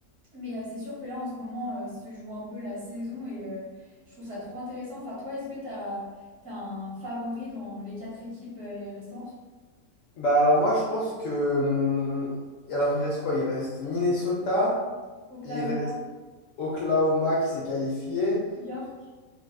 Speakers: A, on the right; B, on the left.
A: Mais euh, c'est sûr que là, en ce moment, euh, se joue un peu la saison et euh, je trouve ça trop intéressant. Enfin, toi, est-ce que tu as, un favori dans les quatre équipes euh, restantes?
B: Bah, alors, moi, je pense que. hum, alors, il reste quoi? Il reste Minnesota.
A: Oklahoma,
B: il reste Oklahoma qui s'est qualifié.
A: New York?